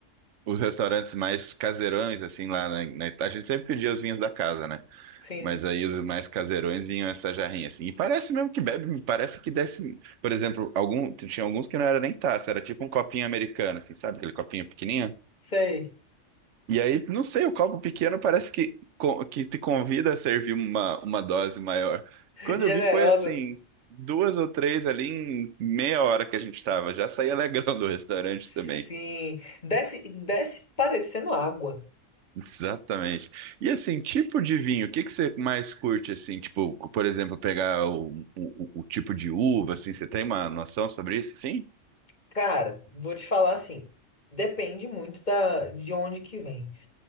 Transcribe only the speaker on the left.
Sim,
sei.
<laughs>
Generosa,
né?
Sim.
Desce, desce parecendo água.
Cara, vou te falar assim. Depende muito da, de onde que vem.